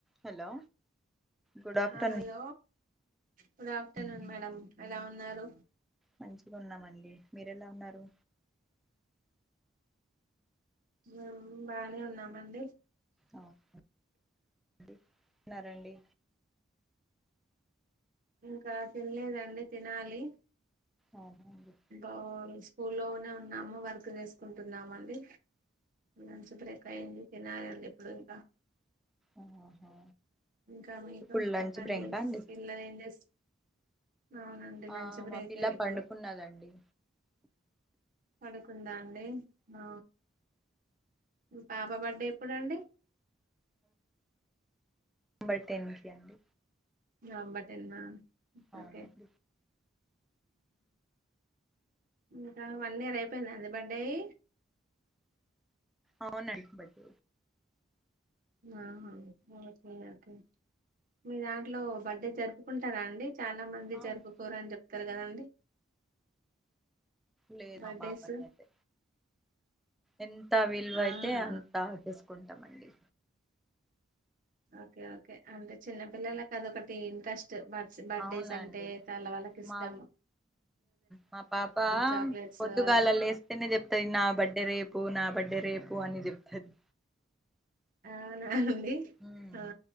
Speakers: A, in the centre; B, on the right.
A: Hello good afternoon
B: ఆ hello good afternoon
A: అండి
B: madam ఎలా ఉన్నారు
A: మంచిగా ఉన్నామండి మీరు ఎలా ఉన్నారు
B: మేం బానే ఉన్నామండి
A: అవునా <unintelligible> ఉన్నారండి
B: ఇంకా తినలేదండి తినాలి
A: అవునండి
B: ఆ స్కూల్లోనే ఉన్నాము వర్క్ చేసుకుంటున్నామండి లంచ్ బ్రేక్ అయ్యంది తినాలండి ఇప్పుడు ఇంకా
A: ఆహా
B: ఇంకా మీకు
A: ఇప్పుడు లంచ్
B: చెప్పండి
A: బ్రేకా అండి
B: పిల్లలు ఏం చేస్ అవునండి లంచ్
A: ఆ
B: బ్రేకే
A: మా పిల్ల
B: ఇప్పుడు
A: పండుకున్నదండి
B: పడుకుందా అండి ఆ మీ పాప బర్త్డే ఎప్పుడండి
A: బర్ టెన్ కి అండి
B: నవంబర్ టెన్ ఆ
A: అవునండి
B: ఒకే ఇంకా వన్ ఇయర్ అయిపోయిందా అండి బర్త్డే అయి
A: అవునండి బర్త్డే
B: ఆహా ఒకే ఒకే మీ దాంట్లో బర్త్డే జరుపుకుంటారా అండి చాలా మంది
A: అవును
B: జరుపుకోరు అని చెప్తారు కదండి
A: లే
B: బర్త్డేస్
A: మా పాపకైతే ఎంత విలువయితే
B: ఆహా
A: అంతా ఆ చేసుకుంటామండి
B: ఓకే ఓకే అంటే చిన్నపిల్లలకి అదొకటి ఇంట్రెస్ట్ ట్ బర్త్స్ బర్త్డేస్
A: అవునండి
B: అంటే తల్లవాళ్ళకి ఇష్టాము
A: మా మా పాప
B: చాక్లెట్స్
A: పొద్దుగాలా
B: అదొక
A: లేస్తేనే చెప్తది నా బడ్ రేపు నా బడ్డే రేపు అని చెప్తది
B: అవునా అండి
A: మ్మ్
B: ఆ